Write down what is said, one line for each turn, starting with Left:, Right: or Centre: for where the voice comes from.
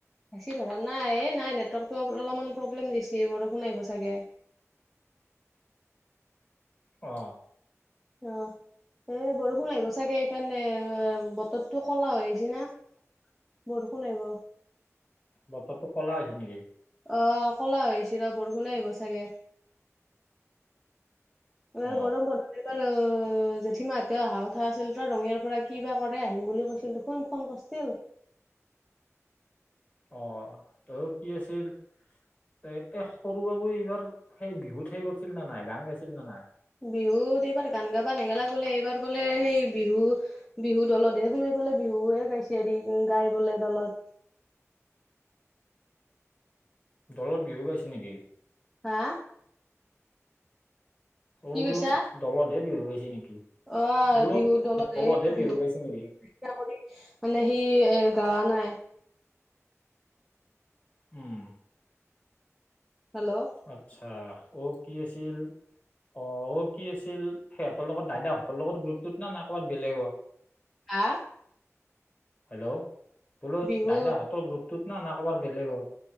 Centre: বেছি ধৰা নাই নাই নেটৱৰ্কতটো অলপমান প্ৰব্লেম দিছেি বৰষুণ আহিব চাগে
Left: অ
Centre: অ এ বৰষুণ আহিব চাগে সকাৰণে বতৰটো ক'লা হৈ আহিছে না বৰষুণ আহিব
Left: বতৰটো ক'লা হৈছে নেকি
Centre: অ ক'লা হৈ আহিছ ৰ বৰষোনে আহিব চাগে এ
Left: অ
Centre: গৰম বন এইবাৰ অ জেঠীমাহঁতেও অহা কথা আছিল তই ৰঙিয়াৰ পৰা কি বা কৰে আহিম বুলি কৈছিল শোন ফোন কৰিছিল
Left: অ ত কি আছিল এ এ সৰু বাবু এইবাৰ সেই বিহুত সেই কৰিছিল নে নাই গান গাইছিল নে নাই
Centre: বিহুত এইবাৰ গান গাবা নেগেলা বোলে এইবাৰ বোলে সেই বিহু বিহু দলতহে সোমাই পালে বিহুে গাইছে হৰি গাই বোলে দলত
Left: দলৰত বিহু গাইছে নেকি
Centre: হা
Left: অ
Centre: কি
Left: বোলো
Centre: কৈছা?
Left: দলতে বিহু গাইছে নেকি
Centre: অ
Left: বোলো
Centre: বিহুৰত দলত
Left: দলতহে
Centre: হ বিহু
Left: গাইছে নেকি
Centre: ঙ মানে সি এ গাৱা নাই
Left: উম
Centre: হেল্ল'
Left: আচ্ছা অ কি আছিল অ অ কি আছিল সিহঁতৰ লগত দাইদাহঁতৰ লগত গ্ৰুপটোত না না ক'বাত বেলেগত
Centre: হা
Left: হেল্ল' বোলো
Centre: বিহু
Left: দাইদাহঁতৰ গ্ৰুপটোত না না ক'ৰবাৰ বেলেগৰ